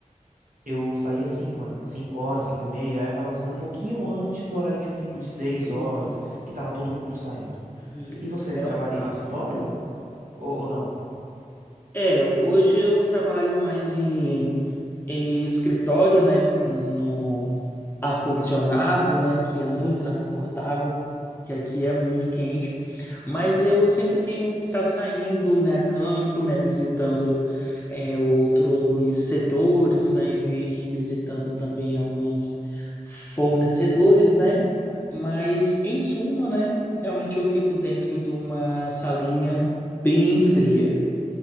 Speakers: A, on the right; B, on the left.
A: eu saía 5, né? 5 horas, 5 e meia, aí acabava saindo um pouquinho
B: e-
A: antes do horário de pico de seis
B: e-
A: horas, que tava todo mundo saindo.
B: e isso
A: E você
B: é
A: trabalha
B: um caos.
A: em escritório ou, ou não?
B: É, hoje eu trabalho mais em, em escritório, né? No ar-condicionado, né? Que é muito confortável, que aqui é muito quente. Mas eu sempre tenho que estar saindo, né? A campo, né? Visitando é, outros setores, né? E vi- visitando também alguns fornecedores, né? Mas, em suma, né? Realmente eu fico dentro de uma salinha bem fria.